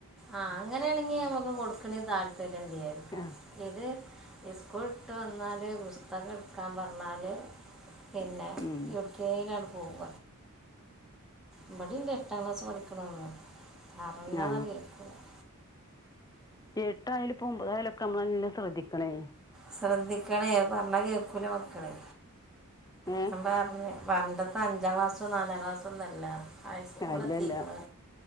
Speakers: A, in the centre; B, on the left (about 15°).
A: ആഹ അങ്ങനെയാണെങ്കിൽ നമുക്ക് കൊടുക്കണേന് താല്പര്യം ഇണ്ടായിരിക്കാം
B: ആ
A: ഇത് സ്കൂൾ ഇട്ട് വന്നാല് പുസ്തകം എടുക്കാൻ പറഞ്ഞാല് പിന്നെ
B: ഉം
A: ട്രെയിനാണ് പോവ ഇബടീണ്ട് എട്ടാം ക്ലാസ്സ് പഠിക്കണഒന്ന് അറില്ലാന്നാണ്
B: ആ
A: കേൾക്കുന്നത്
B: എട്ടായാല് ഇപ്പൊ ഒൻമ്പതായാലുക്ക മ്മളന്ന ശ്രദ്ധിക്കണേ
A: ശ്രദ്ധിക്കണേ പറഞ്ഞാ കേൾക്കൂല മക്കള്
B: ഏ
A: ഞൻ പറഞ്ഞ് പണ്ടത്തഅഞ്ചാം ക്ലാസ്സും നാലാം ക്ലാസ്സൊന്നല്ല ഹൈ സ്കൂളെത്തീക്ക്ണ്
B: അല്ലല്ല